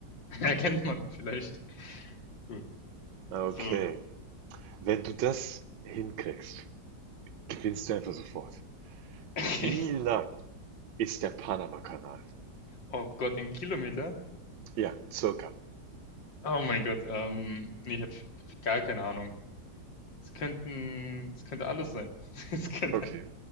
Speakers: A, on the left; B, on the right.
A: <laughs> Erkennt man vielleicht. Gut.
B: Okay.
A: So.
B: Wenn du das hinkriegst, gewinnst du einfach sofort.
A: <laughs>
B: Wie lang ist der Panama Kanal?
A: Oh Gott, in Kilometer?
B: Ja, circa.
A: Oh mein Gott. Ähm, nee, ich habe hab gar keine Ahnung. Es könnten, es könnte alles sein. <laughs> Es könnte.
B: Okay.